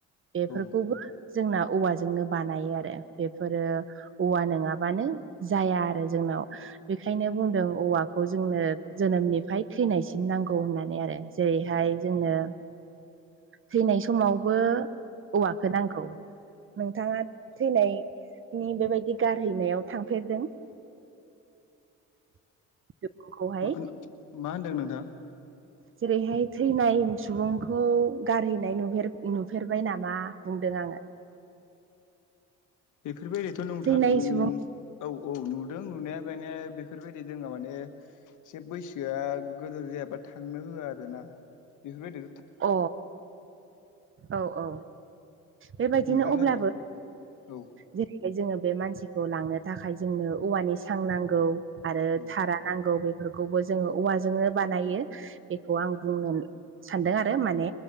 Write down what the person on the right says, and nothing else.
बेफोरखौबो
जोंना औवाजोंनो बानायो आरो बेफोरो औवा नङाबानो जाया आरो जोंनाव बेखायनो बुंदों औवाखौ जोंनो जोनोमनिफ्राय थैनायसिम नांगौ होननानै आरो। जेरैहाय जोंनो थैनाय समावबो औवखौ नांगौ। नोंथाङा थैनायनि बेबायदि गारहैनायाव थांफेरदों? <unintelligible> बेखौहाय
जेरैहाय थैनाय सुबुंखौ गारहैनाय नुफेर-नुफेरबाय नामा बुंदों आङो।
थैनाय
सुबुं
अ औ औ बेबायदिनो
अब्लाबो
जेरैहाय जोङो बे मानसिखौ लांनो थाखाय जोंनो औवानि सां नांगौ आरो
थारा नांगौ बेफोरखौबो जोङो औवाजोंनो बानायो बेखौ आं बुंनो सान्दों आरो माने